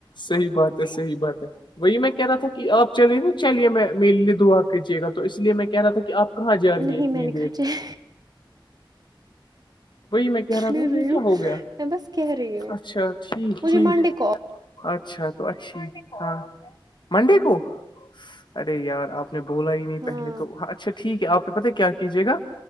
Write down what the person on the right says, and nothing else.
نہیں
میں نے
کہا چل
نہیں رہی
ہوں
میں بس کہہ رہی ہوں
مجھے
منڈے کال
ہاں